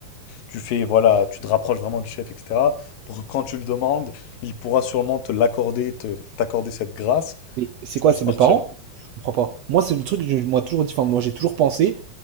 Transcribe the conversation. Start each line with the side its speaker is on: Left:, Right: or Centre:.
Left: tu fais, voilà, tu te rapproches vraiment du chef, etc. Pour que quand tu le demandes, il pourra sûrement te l'accorder, te- t'accorder cette grâce,
Right: Mais c'est
Left: tu
Right: quoi,
Left: puisses
Right: c'est
Left: partir.
Right: mes parents? Je comprends pas. Moi, c'est le truc que je- moi toujours dit, enfin, moi j'ai toujours pensé,